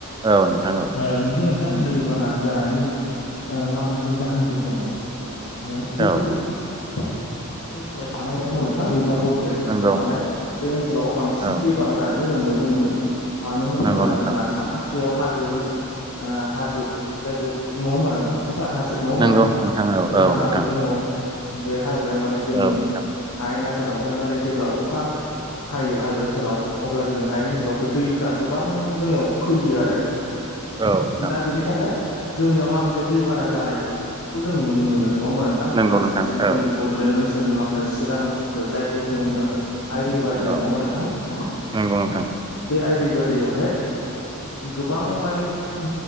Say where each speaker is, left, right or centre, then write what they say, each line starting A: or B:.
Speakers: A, on the right; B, on the left.
A: औ नोंथां औ
B: ओ नोंगौ नों थां दैबाना जानायनि ओ माखासे जाहोनफोर दङ' ओ स्पेसिफिक
A: औ
B: हायेन ओनसोलाव थानाय नङा होमबा नोंथां बा बड'लेण्ड ओनसोलाव
A: नंगौ
B: थानाय बे ओनसोलाव बांसिन
A: औ
B: दैबाना जानायखौ जों नुनो मोनो मानो होनोबा
A: नंगौ नोंथां
B: जोंना सा खाथियाव हाजो ओ हाजो जायखौ नङा होमबा नोंथां भुटान हाजो नङा होमबा
A: नंगौ
B: नोंथां
A: औ
B: भुटान
A: औ
B: हाजो
A: नोंथां
B: दङ' बे हाजोआ माने जोंनि
A: औ नोंथां
B: हायेन आसोलावहाय माने जेब्ला अखा हायो हाजो ओनसोलाव अब्ला जोंनि हायेन ओनसोलाव बे दैफ्रा गोबां जोंनियाव फैयो आरो
A: औ नोंथां
B: दा बेनि थाखाय जोंनियाव माखासे दैबाना जानायखौ जों नुनो मोनो नङा होमबा नोंथां
A: नंगौ
B: बा
A: नोंथां
B: स्पेसिलि
A: औ
B: जोंनि बड'लेण्ड ओनसोलनि माखासे चिरां ओनसोलफोर जायखौ जोङो होनो आइरिभार दै
A: औ
B: नङा होनबा नोंथां
A: नंगौ नोंथां
B: बे आइरिभार दैयावहाय गोबां माने ओ